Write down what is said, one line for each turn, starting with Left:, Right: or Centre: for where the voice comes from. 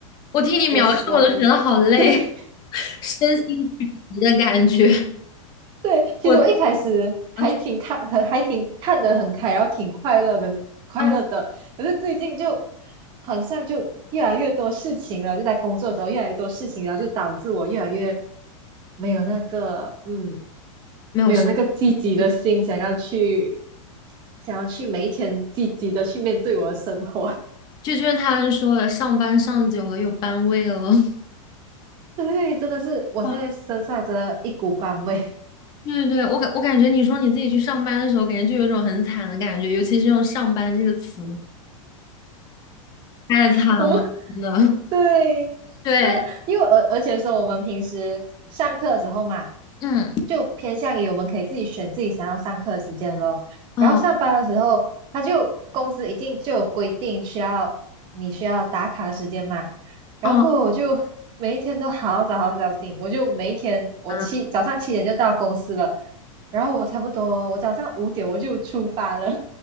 Left: 我听你描述，
Right: 我我
Left: 我都觉得好累，
Right: <laughs> 对
Left: <laughs> 身心俱疲的感觉。
Right: 对，其实我一开始还挺看，
Left: 我的，哎，
Right: 很还挺看得很开，然后挺快乐的，快乐的。
Left: 啊，
Right: 可是最近就好像就越来越多事情了，就在工作的时候越来越多事情，然后就导致我越来越没有那个，嗯，
Left: 没有事，
Right: 没有那个积极的心，
Left: 对，
Right: 想要去想要去每一天积极的去面对我的生活。<laughs>
Left: 就就是他们说的，上班上久了有班味了。<laughs>
Right: 对，真的是我现在身上真的一股班味，
Left: 啊对对对，我感我感觉你说你自己去上班的时候，感觉就有一种很惨的感觉，尤其是用“上班”这个词。太惨了，
Right: <laughs> 我们 <laughs>
Left: 真的。
Right: 对，
Left: <laughs> 对，
Right: 那因为而而且说我们平时上课的时候嘛，
Left: 嗯
Right: 就偏向于我们可以自己选自己想要上课的时间咯。
Left: 哦，
Right: 然后上班的时候，他就公司一定就有规定需要你需要打卡的时间嘛。然后过后我就每一天都好早好早醒，
Left: 哦，
Right: 我就每一天我七早上七点就到公司了，
Left: 啊，
Right: 然后我差不多我早上五点我就出发了，